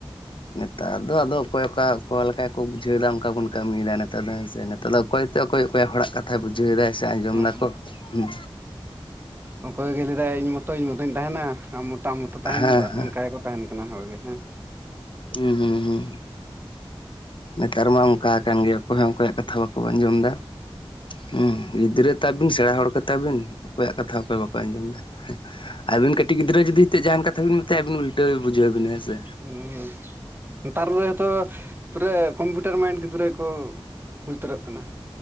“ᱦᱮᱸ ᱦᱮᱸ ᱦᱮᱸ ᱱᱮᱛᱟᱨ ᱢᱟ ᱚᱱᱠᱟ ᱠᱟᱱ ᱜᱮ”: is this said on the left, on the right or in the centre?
Left